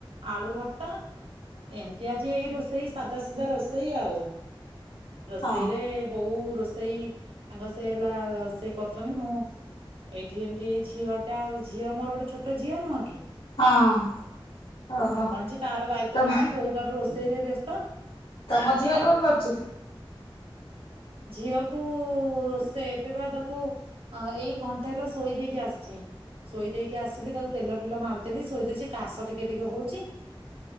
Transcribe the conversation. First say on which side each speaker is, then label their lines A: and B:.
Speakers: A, on the right; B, on the left.
A: ଆଳୁ ଭର୍ତ୍ତା। ଏମିତି ଆଜି ଏଇ ରୋଷେଇ ସାଧା ସିଧା ରୋଷେଇ ଆଉ ରୋଷେଇରେ
B: ହଁ
A: ବୋଉ ରୋଷେଇ ତାଙ୍କ ସେ ହେଲା ସେ କରୁଚନ୍ତି ମୁଁ ଏଇଠି ଏମିତି ଏଇ ଝିଅ ଟା ଝିଅ ମୋର ଗୋଟେ ଛୋଟ ଝିଅ ନୁହଁ କି?
B: ହଁ ଓହୋ
A: ତାକୁ ଆଣୁଚି ତାର ଦାୟିତ୍ଵ
B: ତମ
A: ନଉଚି ବୋଉ ତାର ରୋଷେଇରେ ବ୍ୟସ୍ତ।
B: ତମ
A: ଏମିତି
B: ଝିଅ
A: ଆଉ।
B: କଣ କରୁଛି?
A: ଝିଅକୁ ରୋଷେଇ ଏବେ ପା ତାକୁ ହଁ ଏଇ ଘଣ୍ଟେ ହେଲା ଶୋଇ ଦେଇେକି ଆସିଚି। ଶୋଇ ଦେଇକି ଆସିଲି ତାକୁ ତେଲ ଫେଲ ମାରିଦେଲି ଶୋଇଦେଇଚି କାଶ ଟିକେ ଟିକେ ହଉଚି।